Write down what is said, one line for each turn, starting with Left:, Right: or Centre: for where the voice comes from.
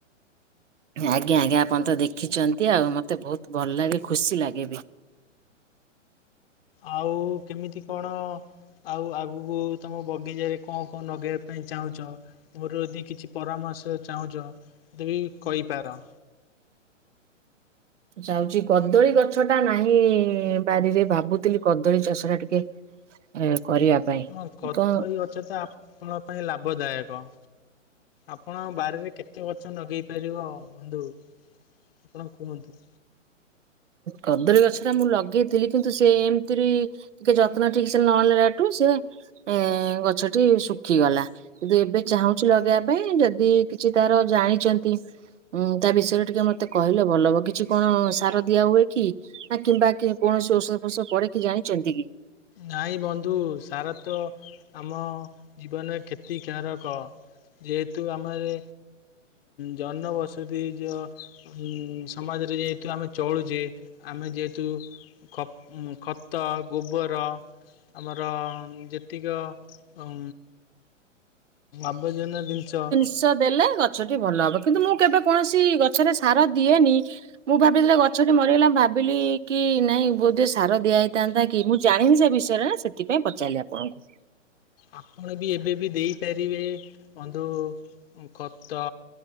Right: ଆଜ୍ଞା ଆଜ୍ଞା ଆପଣ ତ ଦେଖିଛନ୍ତି ଆଉ ମତେ ବହୁତ ଭଲ ଲାଗେ ଖୁସି ଲାଗେ ବି।
Left: ଆଉ କିମିତି କଣ ଆଉ ଆଗକୁ ତମ ବଗିଚାରେ କଣ କଣ ନଗେଇବା ପାଇଁ ଚାହୁଁଛ ମୋର ଯଦି କିଛି ପରାମର୍ଶ ଚାହୁଁଛ ତେ ବି କହିପାର।
Right: ଯାଉଛି କଦଳୀ ଗଛ ଟା ନାହିଁ ବାରିରେ ଭାବୁଥିଲି କଦଳୀ ଚାଷ ଟା ଟିକେ ଏ କରିବା ପାଇଁ
Left: ହଁ କଦଳୀ
Right: କଣ
Left: ଗଛ ତ ଆପଣ ପାଇଁ ଲାଭଦାୟକ। ଆପଣଙ୍କ ବାରିରେ କେତେ ଗଛ ନଗେଇ ପାରିବ ବନ୍ଧୁ ଆପଣ କୁହନ୍ତୁ।
Right: କଦଳୀ ଗଛ ଟା ମୁଁ ଲଗେଇଥିଲି କିନ୍ତୁ ସେ ଏମିତିରେ ଟିକେ ଯତ୍ନ ଠିକ ସେ ନେଲାଠୁ ସେ ଏ ଗଛଟି ଶୁଖିଗଲା। କିନ୍ତୁ ଏବେ ଚାହୁଁଛି ଲଗେଇବା ପାଇଁ ଯଦି କିଛି ତାର ଜାଣିଛନ୍ତି ଉଁ ତା ବିଷୟରେ ଟିକେ ମତେ କହିଲେ ଭଲ ହବ କିଛି କଣ ସାର ଦିଆ ହୁଏ କି ନା କିମ୍ବା କୌଣସି ଔଷଧ ଫୋଷ ପଡେ କି ଜାଣିଛନ୍ତି କି?
Left: ନାଇଁ ବନ୍ଧୁ ସାର ତ ଆମ ଜୀବନରେ କ୍ଷତି କେହାରକ ଯେହେତୁ ଆମର ଜନବସ <unintelligible> ହୁଁ ସମାଜରେ ଯେତୁ ଆମେ ଚଳୁଛେ ଆମେ ଯେହେତୁ ଖ ଖତ ଗୋବର ଆମର ଯେତିକ ଉଁ ଆବର୍ଜନା ଜିନିଷ
Right: ସେ ଦେଲେ ଗଛଟି ଭଲ ହବ କିନ୍ତୁ ମୁଁ କେବେ କୌଣସି ଗଛରେ ସାର ଦିଏନି ମୁଁ ଭାବିଥିଲ ଗଛଟି ମରିଗଲା ଭାବିଲି କି ନାଇଁ ବୋଧେ ସାର ଦିଆ ହେଇଥାନ୍ତା କି ମୁ ଜାଣିନି ସେ ବିଷୟରେ ସେଥିପାଇଁ ପଚାରଲିି ଆପଣଙ୍କୁ।
Left: ଆପଣ ବି ଏବେ ବି ଦେଇପାରିବେ ବନ୍ଧୁ ଖତ